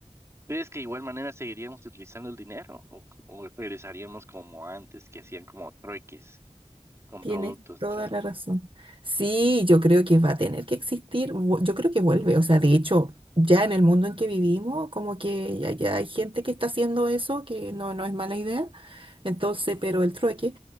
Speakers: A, on the right (about 20°); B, on the right (about 45°).
A: ¿Crees que de igual manera seguiríamos utilizando el dinero o, o regresaríamos como antes, que hacían como trueques con
B: tienes
A: productos
B: toda
A: diferentes?
B: la razón. Sí, yo creo que va a tener que existir, vu- yo creo que vuelve, o sea, de hecho, ya en el mundo en que vivimos, como que ya, ya hay gente que está haciendo eso, que no, no es mala idea, entonces,
A: Ujú,
B: pero el trueque.